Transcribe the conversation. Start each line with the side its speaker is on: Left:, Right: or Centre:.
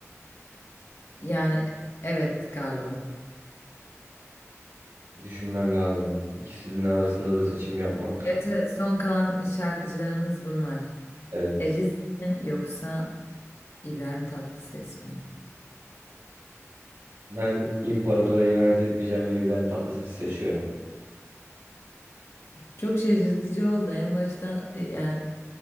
Left: Yani evet galiba.
Right: Düşünmem lazım. İkisinin arasında da seçim yapmak.
Left: Evet evet son kalan şarkıcılarımız bunlar.
Right: Evet.
Left: Edis mi yoksa İbrahim Tatlıses mi?
Right: Ben imparatora ihanet etmeyeceğim ve İbrahim Tatlıses'i seçiyorum.
Left: Çok şaşırtıcı oldu. En başta e, yani